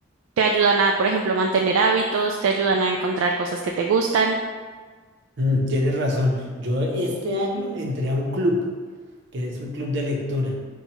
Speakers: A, on the right; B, on the right.
A: te ayudan a, por ejemplo, mantener hábitos, te ayudan a encontrar cosas que te gustan.
B: Mm, tienes razón. Yo este año entré a un club. que es un club de lectura.